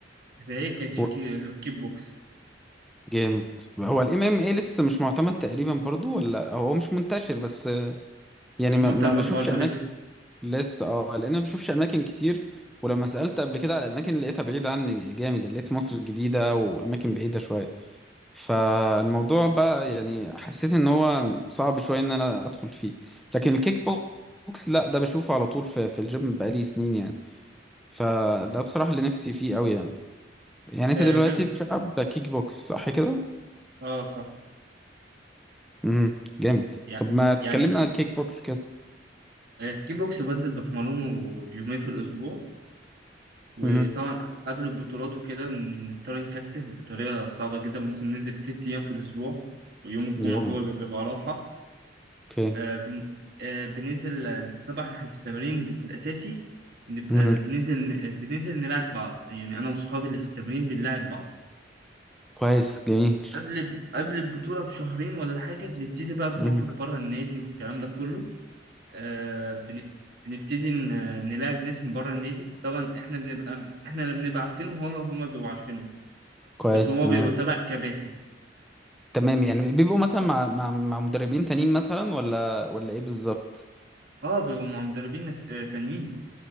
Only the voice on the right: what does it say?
فهي كانتش
كي- غير كيك بوكس
مش
معتمد
برضه
لسه
آه
غير
اه صح
يعني
يعني
آه، الكيك بوكس بنزل بتمرنه يومين في الأسبوع وطبعا
قبل البطولات وكده بنضطر نكثف بطريقة صعبة جدا ممكن ننزل ست أيام في الأسبوع ويوم الجمعة
هو اللي بيبقى راحة
آه، بن... آه، بننزل آه، طبعا احنا في التمرين ب- في الأساسي بنبقى
بننزل آه، بننزل نلعب بعض يعني أنا وصحابي اللي في التمرين بنلعب بعض
قبل قبل البطولة بشهرين ولا حاجة بنبتدي بقى بنخرج
بره النادي والكلام ده كله آه، بن- بنبتدي ن- نلاعب ناس من بره النادي طبعا احنا بنبقى احنا اللي بنبقى عارفينهم هو هما بيبقوا عارفيننا
بس هو
بيبقى تبع الكباتن
اه بيبقوا مع مدربين ناس آه، تانيين